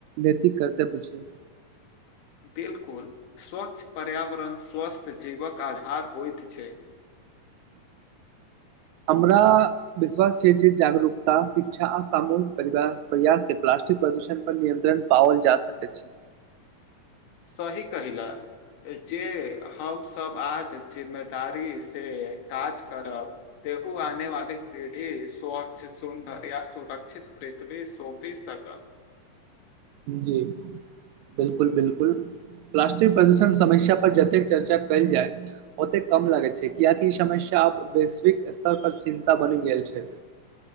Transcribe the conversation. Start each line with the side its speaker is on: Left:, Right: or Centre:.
Right: नैतिक कर्तव्य छै
Left: बिलकुल स्वच्छ पर्यावरण स्वस्थ जीवक आधार होइत छै
Right: <inaudible> हमरा विश्वास छै जे जागरूकता शिक्षा आ सामूहिक प्रयास से प्लास्टिक प्रदूषण पर नियन्त्रण पावल जा सकैत छै
Left: सही कहिल जे हमसभ आज जिम्मेदारी से काज करब तेगू आने वाली पीढ़ी स्वच्छ सुन्दर या सुरक्षित पृथ्वी सोंपी सकत
Right: जी बिलकुल बिलकुल प्लास्टिक प्रदूषण समस्या पर जतेक चर्चा कयल जाय ओतेक कम लगैत छै कियाकि ई समस् चाप वैश्विक स्तर पर चिन्ता बनि गेल छै